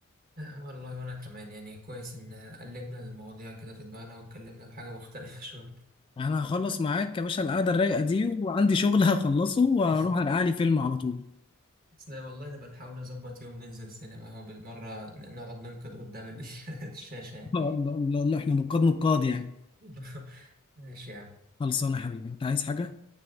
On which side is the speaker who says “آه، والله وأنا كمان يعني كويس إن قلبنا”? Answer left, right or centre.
Right